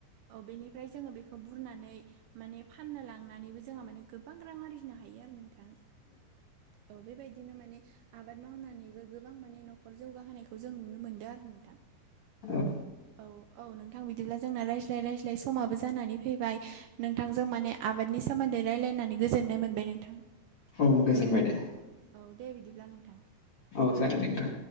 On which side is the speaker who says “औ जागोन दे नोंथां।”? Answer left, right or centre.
Left